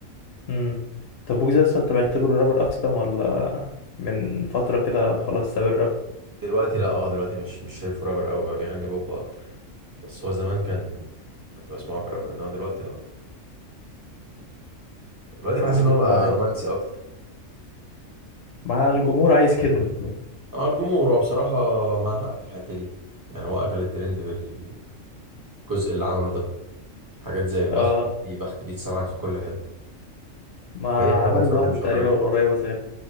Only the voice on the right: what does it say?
دلوقتي لا اه دلوقتي مش مش شايفه رابر قوي بقى بيغني بوب اكتر بس هو زمان كان كنت بسمعه كرابر انما دلوقتي لا دلوقتي بحس
ان هو بقى
رومانسي اكتر
اه الجمهور هو بصراحة معاه حق في الحتة دي يعني هو اكل الترند بالجزء اللي عمله ده حاجات زي البخت
دي البخت دي اتسمعت في كل حتة
وهي حلوة
بصراحة
مش
هقدر انكر